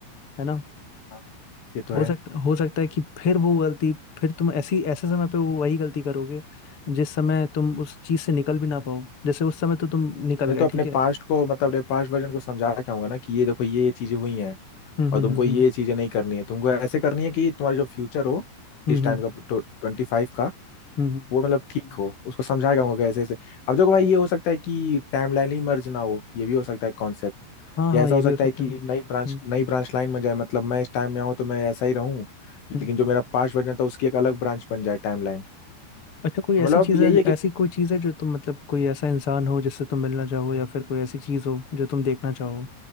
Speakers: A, on the left (about 30°); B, on the left (about 70°).
A: है ना
B: हाँ, ये तो है
A: हो सकता हो सकता है कि फिर वो गलती फिर तुम ऐसी ऐसे समय पे वो वही गलती करोगे जिस समय तुम उस चीज से निकल भी ना पाओ जैसे उस समय तो तुम निकल
B: नहीं
A: गए
B: तो अपने
A: ठीक है
B: पास्ट को मतलब अपने पास्ट वर्जन को समझा के आऊंगा ना कि ये देखो ये ये चीजें हुई हैं
A: हम्म
B: और
A: हम्म
B: तुमको ये
A: हम्म
B: चीजें नहीं करनी है तुमको ऐसे करनी है कि तुम्हारा जो फ्यूचर हो
A: हम्म
B: इस
A: हम्म
B: टाइम
A: हम्म,
B: का ट्वेंटी फाइव का
A: हम्म, हम्म।
B: वो मतलब ठीक हो उसको समझाएगा उनको ऐसे ऐसे अब देखो भाई ये हो सकता है कि टाइम लाइन ही मर्ज ना हो ये भी हो सकता है कॉन्सेप्ट
A: हाँ
B: या
A: हाँ
B: ऐसा
A: ये
B: हो सकता
A: भी हो सकता
B: है कि
A: है
B: नई ब्रांच
A: हम्म
B: नई ब्रांच लाइन बन जाए मतलब मैं इस टाइम में आऊँ तो मैं ऐसा ही रहूँ लेकिन
A: हम्म। हम्म।
B: जो मेरा पास्ट वर्जन था उसकी एक अलग ब्रांच बन जाए टाइम लाइन
A: अच्छा कोई
B: मतलब
A: ऐसी चीज
B: यही
A: है
B: है कि
A: ऐसी कोई चीज है जो तुम मतलब कोई ऐसा इंसान हो जिससे तुम मिलना चाहो या फिर कोई ऐसी चीज हो जो तुम देखना चाहो